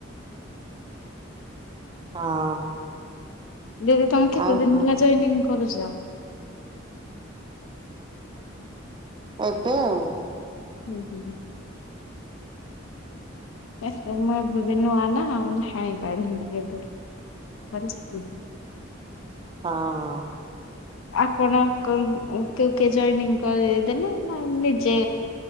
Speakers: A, on the right (about 25°); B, on the left (about 85°).
A: ହଁ।
B: ଦିଦି ତମେ କେତେ
A: ଆଉ
B: ଦିନ ହେଲା ଜନିଂ କରୁଛ।
A: ଏବେ ଆଉ।
B: ହୁଁ ହୁଁ ହୁଁ। ଏତେ ମୁଁ ଅବେ ବି ନୂଆ ନା ହାଇ ପାରିଲିନି ବଞଜଗହ <unintelligible>
A: ହଁ ହଁ।
B: ଆପଣ କେଉ କେ ଜନିଂ କରିଦେଲେ ନା ନିଜେ